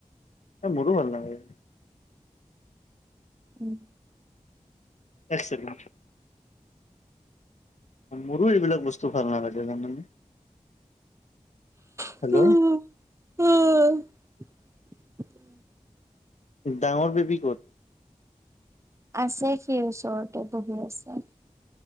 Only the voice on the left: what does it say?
এ মোৰো ভাল নালাগে।
এক ছেকেণ্ড। মোৰো এইবিলাক বস্তু ভাল নালাগে জানানে।
হেল্ল
ডাঙৰ বেবি ক'ত